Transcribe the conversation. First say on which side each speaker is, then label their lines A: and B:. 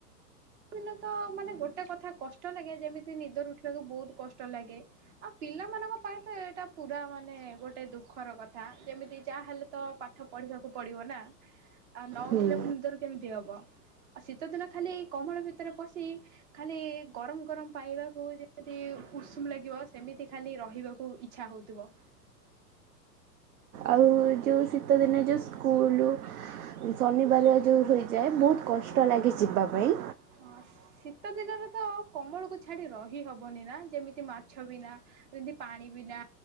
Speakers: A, on the right; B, on the right.
A: ଦିନ ତ ମାନେ ଗୋଟେ କଥା କଷ୍ଟ ଲାଗେ ଯେମିତି ନିଦରୁ ଉଠିବାକୁ ବହୁତ କଷ୍ଟ ଲାଗେ। ଆଉ ପିଲାମାନଙ୍କ ପାଇଁ ତ ଏଇଟା ପୁରା ମାନେ ଗୋଟେ ଦୁଃଖର କଥା ଯେମିତି ଯାହା ହେଲେ ତ ପାଠ ପଢ଼ିବାକୁ ପଡ଼ିବ ନା। ଆଉ ନ ଉଠିଲେ
B: ହୁଁ
A: ପୁଣି ନିଦରୁ କେମିତି ହବ ଆଉ ଶୀତ ଦିନ ଖାଲି କମଳ ଭିତରେ ପଶି। ଖାଲି ଗରମ ଗରମ ପାଇବାକୁ ଯେମିତି ଉଷୁମ ଲାଗିବ ସେମିତି ଖାଲି ରହିବାକୁ ଇ ଇଚ୍ଛା ହଉଥିବ।
B: ଆଉ ଯୋଉ ଶୀତଦିନେ ଯେଉଁ ସ୍କୁଲ। ଶନିବାର ଯେଉଁ ହୋଇଯାଏ ବହୁତ୍ କଷ୍ଟ ଲାଗେ ଯିବା ପାଇଁ।
A: ହଁ ଶୀତ ଦିନରେତ କମ୍ବଳକୁ ଛାଡି ରହି ହବନିନା ଯେମିତି ମାଛ ବିନା ଯେମିତି ପାଣି ବିନା